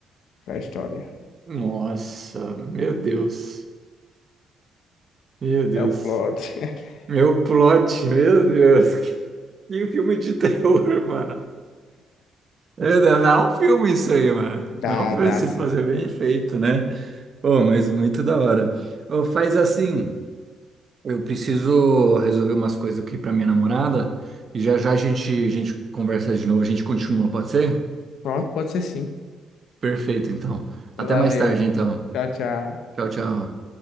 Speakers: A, on the left (about 75°); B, on the right (about 45°).
A: para a história.
B: Nossa, meu Deus. Meu Deus.
A: É o plot. <laughs>
B: Meu plot, meu Deus. Que que filme de terror, <laughs> mano. É, não não é um filme isso aí, mano.
A: Dá,
B: Não é um filme
A: dá
B: se
A: sim.
B: fazer bem feito, né? Pô, mas muito da hora. Ô, faz assim. Eu preciso resolver umas coisas aqui pra minha namorada e já já a gente, a gente conversa de novo, a gente continua, pode ser?
A: Pronto, pode ser sim.
B: Perfeito, então. Até
A: Valeu.
B: mais tarde, então.
A: Tchau, tchau.
B: Tchau, tchau.